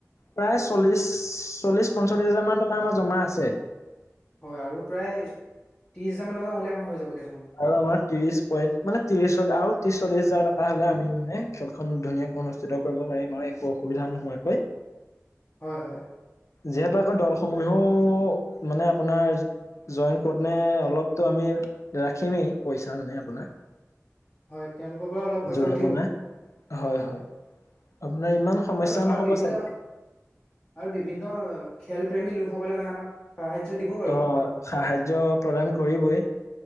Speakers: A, on the left; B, on the left.
A: প্ৰায় চল্লিশ, চল্লিশ, পঞ্চল্লিশ হাজাৰ মান টকা আমাৰ জমা আছে।
B: হয় আৰু প্ৰায় ত্ৰিছ হাজাৰমান টকা হ'লে আমাৰ হৈ যাব খেলখন।
A: আৰু আমাৰ ত্ৰিশ পইণ্ট, মানে ত্ৰিশ চ, আৰু ত্ৰশ চল্লিশ হাজাৰ টকা হলে আমি মানে খেলখন ধুনীয়াকৈ অনুষ্ঠিত কৰিব পাৰিম আৰু একো অসুবিধা নোহোৱাকৈ।
B: হয়, হয়।
A: যিহেতু আকৌ দলসমূহেও মানে আপোনাৰ জইন কৰোতে অলপতো আমি ৰাখিমেই পইচা মানে আপোনাৰ।
B: হয়, তেওঁলোকৰ পৰাও অলপ পইচা
A: জৰিমনা
B: উঠিব।
A: হয়, হয়। আপোনাৰ ইমান সমস্যা
B: আৰু, আৰু
A: নহ'ব
B: বিভিন্ন,
A: চাগে
B: আৰু বিভিন্ন খেল প্ৰেমী লোকসকলে মানে আমাক সাহাৰ্য দিব বাৰু
A: অ, সাহায্য প্ৰদান কৰিবই,